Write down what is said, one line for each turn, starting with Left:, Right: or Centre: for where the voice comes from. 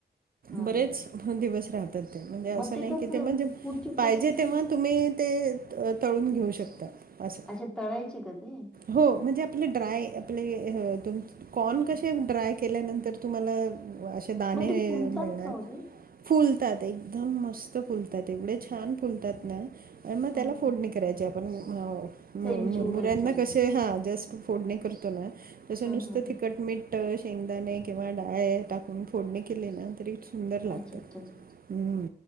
Centre: हां
Right: बरेच
Centre: का?
Right: दिवस राहतात. म्हणजे असं
Centre: मग
Right: नाही
Centre: कसं
Right: की ते म्हणजे
Centre: पुढची
Right: पाहिजे
Centre: प्रोसेस
Right: तेव्हा
Centre: काय?
Right: तुम्ही ते अ तळून घेऊ शकता अस
Centre: अच्छा तळायचे का ते
Right: हो म्हणजे आपले ड्राय आपले हं तुमचं कॉर्न कसे ड्राय केल्यानंतर तुम्हाला असे दाणे
Centre: मग ते फुलतात
Right: मिळणार
Centre: का ओ ते?
Right: फुलतात एकदम मस्त फुलतात एवढे छान फुलतात ना अनं म त्याला
Centre: हां
Right: फोडणी
Centre: हां
Right: करायची आपण म मु
Centre: सेम चिवड्यासारखं
Right: मुरमुऱ्यांना कसे हा जस्ट फोडणी करतो ना तसे
Centre: हां
Right: नुसतं
Centre: हां हां
Right: तिखट मीठ शेंगदाणे किंवा डाळे टाकून फोडणे केले ना तरी सुदंर लागतात.
Centre: अच्छा अच्छा
Right: हूं